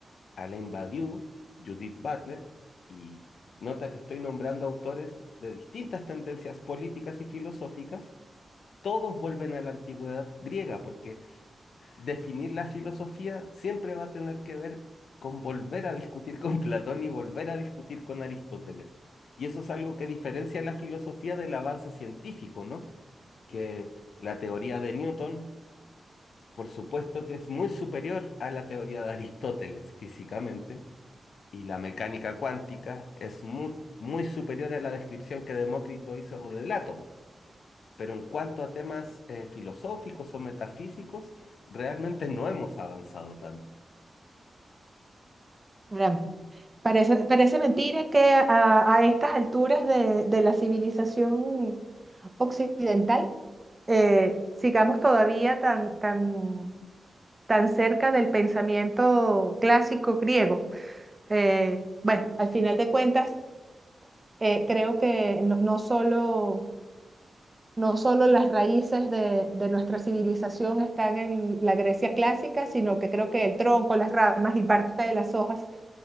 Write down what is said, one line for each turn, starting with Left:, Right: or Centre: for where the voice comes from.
Left: Alain Badiou, Judith Butler, y nota que estoy nombrando autores de distintas tendencias políticas y filosóficas, todos vuelven a la antigüedad griega, porque definir la filosofía siempre va a tener que ver con volver a discutir con Platón y volver a discutir con Aristóteles. Y eso es algo que diferencia la filosofía del avance científico, ¿no? Que la teoría de Newton, por supuesto que es muy superior a la teoría de Aristóteles físicamente, y la mecánica cuántica es muy, muy superior a la descripción que Demócrito hizo del átomo. Pero en cuanto a temas eh, filosóficos o metafísicos, realmente no hemos avanzado tanto.
Right: Caramba, parece, parece mentira que a, a estas alturas de, de la civilización occidental eh, sigamos todavía tan, tan, tan cerca del pensamiento clásico griego. Eh, bueno, al final de cuentas, eh, creo que no, no solo No solo las raíces de, de nuestra civilización están en la Grecia clásica, sino que creo que el tronco, las ramas y parte de las hojas